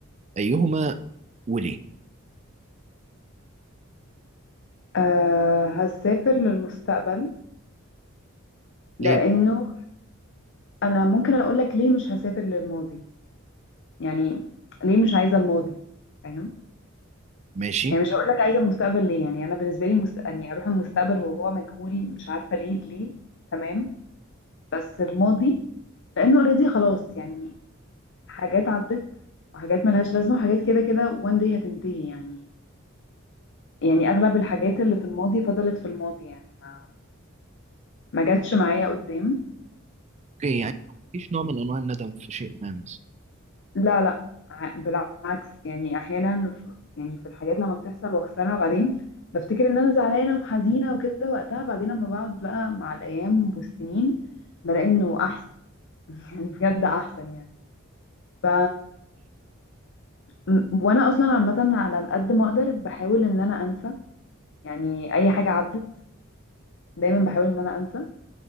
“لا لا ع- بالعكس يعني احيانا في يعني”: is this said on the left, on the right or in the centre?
Left